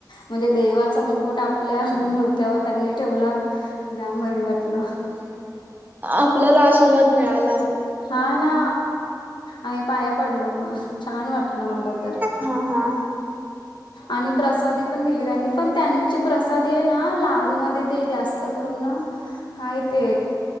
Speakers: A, on the left; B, on the right.
A: म्हणजे देवाच मुकुट आपल्या डोक्यावर त्यांनी ठेवला जाम भारी वाटलं
B: आपल्याला आशीर्वाद मिळाला
A: हा ना आम्ही पाया पडलो मग छान वाटलं मला तर
B: हा हा.
A: आणि प्रसादी पण दिली त्यांनी पण त्यांची प्रसादी आहे ना लाडूमध्ये ते जास्त करून काय ते